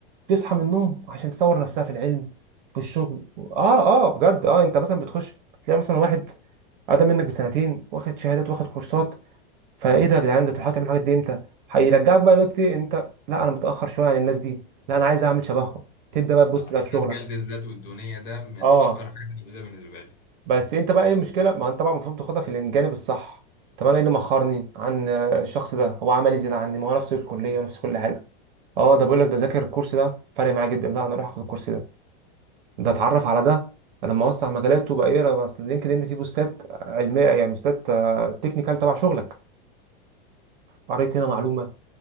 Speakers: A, on the right; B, on the left.
A: بتصحى من النوم عشان تطور نفسها في العلم في الشغل اه اه بجد اه انت مثلا بتخش تلاقي مثلا واحد اقدم منك بسنتين واخد شهادات واخد كورسات فايه ده يا جدعان ده انت بتحاول تعمل الحاجات دي امتى هيرجعك بقى نقطه إيه، انت لا انا متاخر شويه عن الناس دي لا انا عايز اعمل شبههم تبدا بقى تبص بقى
B: احساس
A: في شغلك
B: جلد الذات والدونيه ده من
A: اه
B: اكتر الحاجات المؤذيه بالنسبه لي
A: بس انت بقى ايه المشكله ما انت بقى المفروض تاخدها في الجانب الصح طب انا ايه اللي مأخرني عن الشخص ده هو عمل ايه زياده عني ما هو نفس الكليه ونفس كل حاجه اه ده بيقول لك ده ذاكر الكورس ده فرق معاه جدا لا انا اروح اخد الكورس ده ده اتعرف على ده لما اوسع مجالاته بقى ايه بس لينكد ان فيه بوستات علميه يعني بوستات آه، تكنيكال تبع شغلك قريت هنا
B: عندك
A: معلومه
B: حق